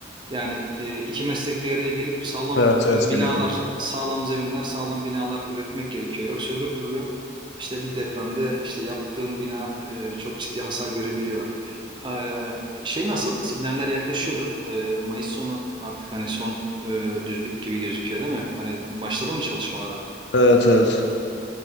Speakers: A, on the right (about 25°); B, on the left (about 70°).
A: yani e, iki meslek bir araya gelip sağlam
B: Evet evet
A: e, binalar,
B: biliyorum.
A: sağlam zeminler, sağlam binalar üretmek gerekiyor. Yoksa öbür türlü işte bir depremde işte yaptığın bina e, çok ciddi hasar görebiliyor. E, şey nasıl? Sinyaller yaklaşıyordur. E, Mayıs sonu artık hani son e, düzlük gibi gözüküyor değil mi? Yani başladı mı çalışmalara?
B: Evet evet.